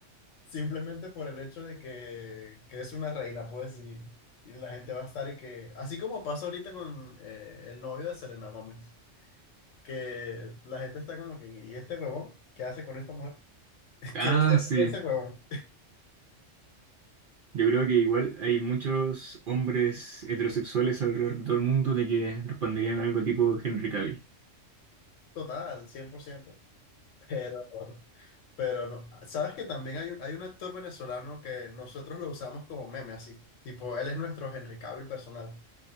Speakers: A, on the left; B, on the right.
A: Simplemente por el hecho de que, que es una reina, pues, y, y la gente va a estar y que, así como pasa ahorita con eh, el novio de Selena Gómez, que la gente está como que, ¿y este huevón? ¿Qué hace con esta mujer? <laughs>
B: Ah,
A: Quiero ser
B: sí.
A: ese huevón.
B: Yo creo que igual hay muchos hombres heterosexuales alrededor del mundo de que responderían algo tipo Henry Cavill.
A: Total, cien por ciento Pero, pero no. Sabes que también hay un, hay un actor venezolano que nosotros lo usamos como meme, así. Tipo, él es nuestro Henry Cavill personal.